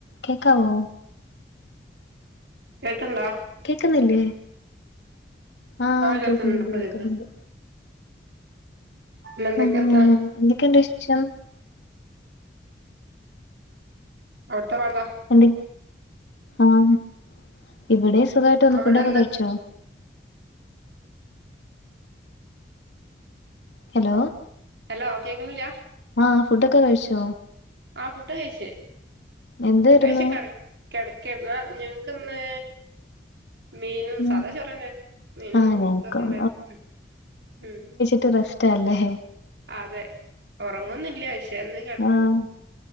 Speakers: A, on the left; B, on the right.
A: കേക്കാവോ
B: കേൾക്ക്ണ്ട
A: കേക്ക്ന്നില്ലേ ആഹ്
B: കേൾക്കുന്നുണ്ട്
A: കേക്കുന്നുണ്ട്
B: ഇപ്പൊ
A: കേക്ക്ന്നുണ്ട്
B: കേൾക്ക്ണ്ട് പിന്നെ എന്തൊക്കെയാ
A: ആഹ്
B: വർത്താനം
A: എന്തക്കെയ്ണ്ട് വിശേഷം
B: അവ്ടത്തബാങ്ക
A: എന്ത്‌ ആഹ് ഇവിടെ സുഖായിട്ട് പോന്നു
B: അവിടെ
A: ഫുഡൊക്കെ
B: എന്താ
A: കഴിച്ചോ ഹലോ
B: ഹലോ കേൾക്കുന്നില്ല
A: ആഹ് ഫുഡൊക്കെ കഴിച്ചോ
B: ആഹ് ഫുഡ് കഴിച്ച്
A: എന്തായിരുന്നു
B: ഫുഡയിച്ചു കെട കെടക്കേർന്ന് ഞങ്ങക്ക്ന്ന് മീനും
A: ഉം
B: സാദാചോറന്നേ മീനും
A: ആഹ് ഞങ്ങക്കും
B: ഇതൊക്കെ ഉണ്ടായിരുന്നു ഉം ഉം
A: റ്റു റസ്റ്റാല്ലേ
B: അതെ ഒറങ്ങൊന്നില്ല ശേന്ന് കെടക്കും
A: ആഹ്